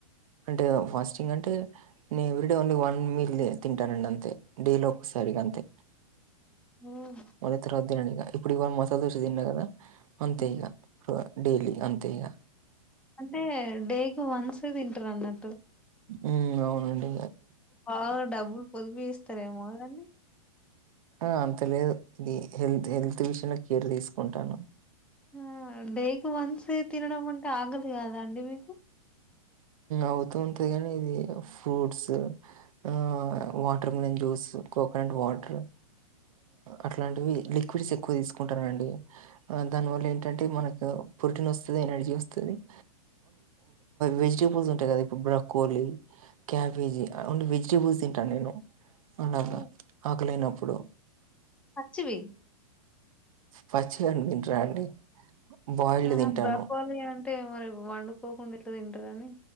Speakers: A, on the right (about 65°); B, in the centre.
A: అంటే ఫాస్టింగ్ అంటే నేను every day only one meal తింటానండి అంతే డేలో ఒక్కసారిగా అంతే
B: హ్మ్.
A: మల్ల తర్వాత తినన్ ఇగ ఇప్పుడు ఇవాళ మసాలా దోస తిన్న కదా అంతే
B: హ్మ్.
A: ఈగ డైలీ అంతేగా
B: అంటే డేకి వన్సే తింటారు అన్నట్టు
A: ఉ అవునండి
B: బాగా డబ్బులు పొదుపూ చేస్తారేమో కదండీ
A: ఆ అంతలేదు ఇది హెల్త్ హెల్త్ విషయంలో కేర్ తీసుకుంటాను
B: ఆ డే కి వన్సే తిినడంమంటె ఆగ్ లీ కాదా అండి మీకు
A: అవుతూ ఉంటది కాని ఇది ఫ్రూట్స్ ఆ water melon juice coconut water అట్లాంటివి లిక్విడ్స్ ఎక్కువ తీసుకుంటారుండి దానివల్ల ఏంటంటే మనకు ప్రోటీన్ వస్తుంది ఎనర్జీ వస్తుందిన్ వెజి వెజిటబుల్స్ ఉంటాయి కదా ఇప్పుడు బ్రకోలీ క్యాబేజీ ఓన్లీ వెజిటేబుల్స్ తింటాను నేను ఉవున్నాదా
B: హ్మ్.
A: ఆ మక్కలేనప్పుడు
B: పచ్చివి
A: పాచివంట్ర అండి బాయిల్డ్
B: ఆ
A: తింటాను
B: బకోల అంటే మరి వండు పోకుండా ఏట్లు తంటరా అని